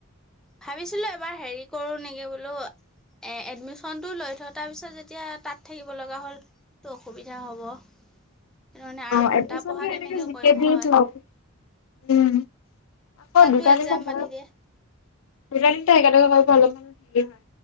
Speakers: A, in the centre; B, on the left.
A: ভাবিছিলোঁ এবাৰ হেৰি কৰোঁ নেকি বোলো। এ এডমিচনটো লৈ থওঁ তাৰ পিছত যেতিয়া তাত থাকিব লগা হ'ল। তো অসুবিধা হ'ব। সেইটো কাৰণে আৰু
B: অ
A: দুটা
B: এডমিচন
A: পঢ়া
B: কি
A: কেনেকৈ
B: এনেকে জি
A: কৰিম
B: কে বিত
A: হয়
B: ল'ব উম, আকৌ
A: তাতো
B: দুটা
A: এক্সাম
B: তিন দুটা
A: পাতি দিয়ে
B: তিনিটা একেলগে কৰিব অলপমান হেৰি হয়।